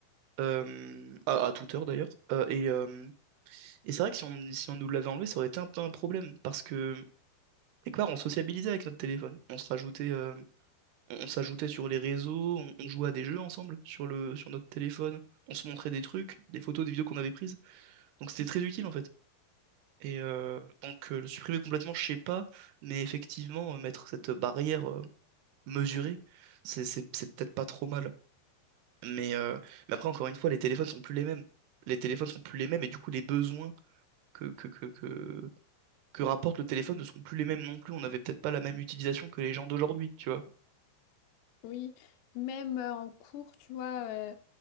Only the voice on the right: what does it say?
euh, à, à toute heure d'ailleurs. Euh, et euh, et c'est vrai que si on, si on nous l'avait enlevé, ça aurait été un peu un problème, parce que, quelque part, on sociabilisait avec notre téléphone. On se rajoutait, euh, on, on s'ajoutait sur les réseaux, on, on jouait à des jeux ensemble sur le, sur notre téléphone, on se montrait des trucs, des photos, des vidéos qu'on avait prises. Donc c'était très utile en fait. Et euh, donc euh, le supprimer complètement, je sais pas, mais effectivement, euh, mettre cette barrière euh, mesurée, c'est c'est- c'est peut-être pas trop mal. Mais, euh, mais après, encore une fois, les téléphones sont plus les mêmes. Les téléphones sont plus les mêmes et du coup, les besoins que, que, que, que, que rapporte le téléphone ne sont plus les mêmes non plus. On n'avait peut-être pas la même utilisation que les gens d'aujourd'hui, tu vois.